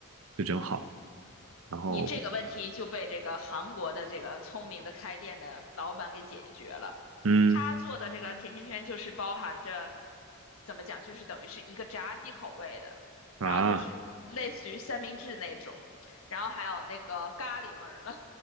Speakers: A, on the right; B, on the left.
A: 就正好。然后，
B: 你这个问题就被这个韩国的这个聪明的开店的老板给解决了。
A: 嗯，
B: 他做的这个甜甜圈就是包含着，怎么讲，就是等于是一个炸鸡口味的，
A: 啊，
B: 然后就是类似于三明治那种，然后还有那个咖喱味儿了。